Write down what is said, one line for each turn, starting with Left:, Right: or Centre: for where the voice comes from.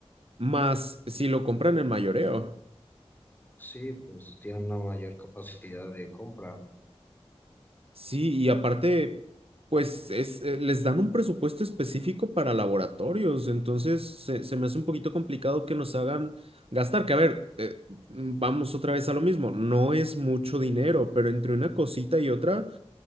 Right: Más si lo compran en mayoreo.
Left: Sí, pues tiene una mayor capacidad de compra.
Right: Sí, y aparte, pues es, eh, les dan un presupuesto específico para laboratorios, entonces se, se me hace un poquito complicado que nos hagan gastar, que a ver, eh, vamos otra vez a lo mismo, no es mucho dinero, pero entre una cosita y otra,